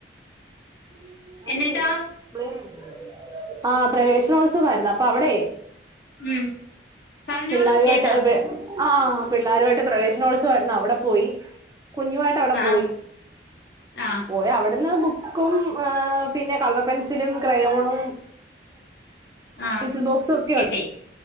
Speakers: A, on the right; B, on the left.
A: <inaudible>
B: എന്നിട്ടോ
A: ആ പ്രവേശനോത്സവമായിരുന്നു അപ്പൊ അവിടെ
B: ഉം പറഞ്ഞോളൂ
A: പിള്ളേരുവായിട്ട്
B: കേക്കാം
A: എ വേ ആ പിള്ളേരുമായിട്ട് പ്രവേശനോത്സവമായിരുന്നു അവിടെ പോയി കുഞ്ഞുമായിട്ട് അവിടെ
B: ആഹ്
A: പോയി
B: ആഹ്
A: പോയി അവിടുന്ന് ബു കും പിന്നെ കളർ പെൻസിലും ക്രയോണും
B: ആഹ്
A: പെൻസിൽ ബോക്സ് ഒക്കെയോ
B: കിട്ടി